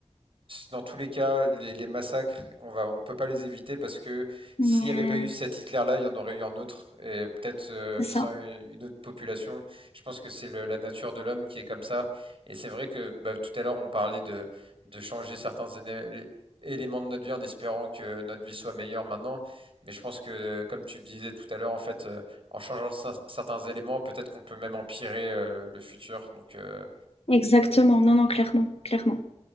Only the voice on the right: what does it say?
dans tous les cas, les, les massacres, on va, on peut pas les éviter parce que s'il
n'y avait pas eu cet Hitler-là, il y en aurait eu un autre et peut-être euh,
visant
une, une autre population. Je pense que c'est le- la nature de l'homme qui est comme ça. Et c'est vrai que bah, tout à l'heure, on parlait de, de changer certains éné- éléments de notre vie en espérant que notre vie soit meilleure maintenant. Mais je pense que, comme tu le disais tout à l'heure, en fait, euh, en changeant cer- certains éléments, peut-être qu'on peut même empirer euh, le, le futur. Donc euh,